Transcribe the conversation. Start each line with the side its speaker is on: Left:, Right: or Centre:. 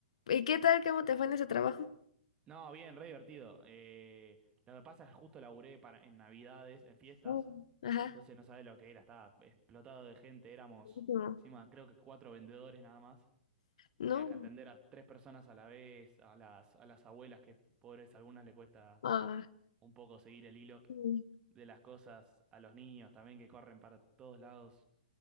Left: ¿Y qué tal? ¿Cómo te fue en ese trabajo?
Right: No, bien, re divertido. Eh, lo que pasa es que justo laburé para, en Navidades, en fiestas.
Left: Mm. Ajá.
Right: Entonces no sabés lo que era, estaba explotado de gente, éramos
Left: buenísimo.
Right: encima creo que cuatro vendedores nada más.
Left: No.
Right: Tenías que atender a tres personas a la vez, a las, a las abuelas que pobres, a algunas le cuesta
Left: Ah,
Right: un poco seguir el hilo
Left: sí.
Right: de las cosas, a los niños también que corren para todos lados.